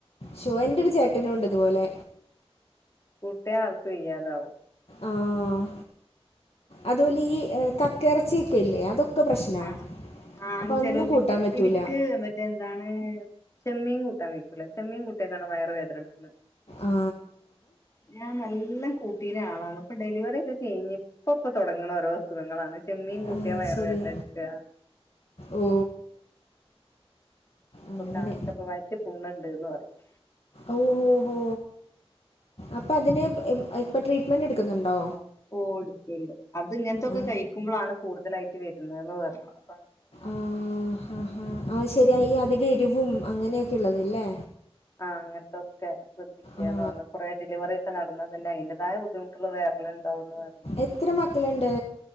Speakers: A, on the left (about 70°); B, on the left (about 30°).
A: ഷോ എന്റെ ഒരു ചേട്ടനും ഉണ്ട് ഇതുപോലെ
B: കൂട്ട്യാ ആൾക്ക് വെയ്യാതാവും
A: ആഹ് അതുപോലെ ഈ കക്കിറച്ചിയൊക്കെല്ലേ അതൊക്കെ പ്രശ്നാ
B: ആഹ് ആഹ്
A: അപ്പൊ അഒന്നും
B: ചെലോർക്ക്
A: കൂട്ടാൻ പറ്റൂല
B: എനിക്ക് മറ്റേ എന്താണ് ചെമ്മീൻ കൂട്ടാൻ വൈക്കൂല ചെമ്മീൻ കൂട്ടിയാക്കാണ വയറ് വേദനട്ക്ക്ണ്
A: ആ
B: ഞാൻ നല്ല കൂട്ടീന ആളാണ് ഇപ്പൊ ഡെലിവറി ഒക്കെ കഴിഞ്ഞ് പ്പൊ പ്പൊ തൊടങ്ങണ ഓരോ അസുഖങ്ങളാണ് ചെമ്മീൻ കൂട്ടിയാ
A: അത്
B: വയർ
A: ശരി
B: വേദനട്ക്കാ
A: ഓ അങ്ങനെ
B: പ്പൊ കാൺച്ചപ്പോ വയറ്റ് പുണ്ണ്ണ്ട്ന്ന് പറഞ്ഞ്
A: ഓഹ് ഓഹ് അപ്പൊ അതിന് ഇപ് ഇപ്പ ട്രീറ്റ്മെന്റ് എടുക്കുന്നുണ്ടോ
B: ഓഹ് എടുക്ക്ണ്ട് അത് ഇങ്ങൻത്തൊക്കെ
A: ആ
B: കഴിക്കുമ്പോളാണ് കൂടുതലായിട്ട് വരുന്നന്ന് പറഞ്
A: ആഹ് ഹാ ഹാ അഹ് ശരിയാ ഈ അധിക എരിവും അങ്ങനെയൊക്കെ ഉള്ളത് ലേ
B: ആഹ് അങ്ങൻത്തൊക്കെ ശ്രദ്ധി ഇല്ലാന്ന്
A: ആ
B: പറഞ്ഞ് കൊറെ ഡെലിവറിയൊക്കെ നടന്നതല്ലെ അതിന്റതായ ബുദ്ധിമുട്ടുകള് വേറെല്ലെണ്ടാവുന്നറഞ്ഞ്
A: എത്ര മക്കള്ണ്ട്